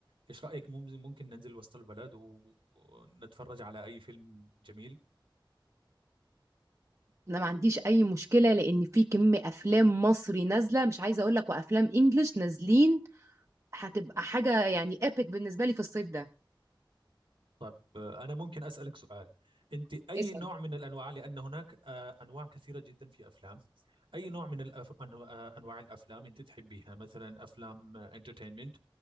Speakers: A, on the right; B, on the right.
A: إيش رأيك مم- ممكن ننزل وسط البلد و- ونتفرج على أي فيلم جميل؟
B: انا ما عنديش اي مشكله لان في كم افلام مصري نازله مش عايزه اقول لك وافلام انجلش نازلين هتبقى حاجه يعني ايبك بالنسبه لي في الصيف ده
A: طب آه، أنا ممكن أسألك سؤال أنت أي
B: اسال
A: نوع من الأنواع لأن هناك آه، أنواع كثيرة جدا في أفلام أي نوع من الأف... أنو- آه، أنواع الأفلام أنت تحبيها مثلا أفلام انترتينمنت